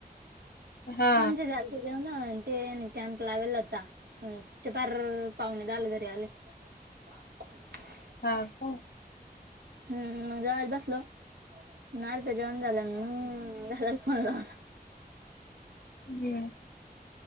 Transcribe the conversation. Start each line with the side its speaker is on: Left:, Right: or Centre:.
Left: हा
Right: हम चे झालते जेवनावळी ते नी कॅम्प लावेल होता, अ ते पार पावणे दहाला घरी आले. ह <unintelligible>
Left: हा. का.
Right: हम्म मग जेवायला बसलो. नाय त्याच्या जेवण झालं मी दादाला फोन लावला.
Left: हम्म.